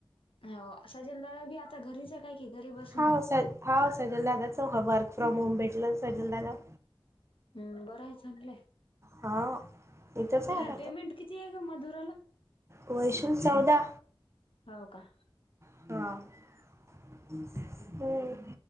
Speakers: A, on the left (about 80°); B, on the right (about 30°).
A: हो <unintelligible> घरी जगा की घरी बसून
B: हा स हौ सजलदादाच वर्क फ्रॉम होम भेटलं सजलदादा
A: हम्म बरंय चांगलाय
B: हा. इथंच आहे
A: हिला पेमेंट कितीय गं मधुराला?
B: वर्षाला चौदा
A: हौउ का?
B: <inaudible> हम्म